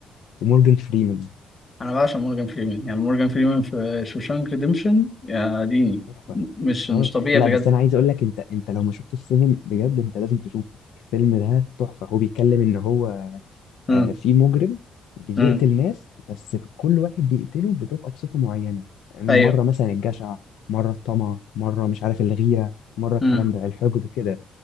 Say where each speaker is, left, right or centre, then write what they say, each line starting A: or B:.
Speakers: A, on the left; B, on the left.
A: ومورجان فريمان
B: انا بعشق مورجان فريمان يعني مورجان فريمان في شوشانك ريديمشن يا ديني
A: تحفه
B: م- مش
A: اه
B: مش طبيعي
A: لا
B: بجد
A: بس انا عايز اقول لك انت انت لو ما شفتش سيفن بجد انت لازم تشوفه الفيلم ده تحفه هو بيتكلم ان هو
B: امم
A: آه في مجرم بيقتل
B: امم
A: ناس بس كل واحد بيقتله بتبقى بصفه معينه مره
B: ايوه
A: مثلا الجشع مره الطمع مره مش عارف الغيره مره الكلام
B: امم
A: ده الحقد كده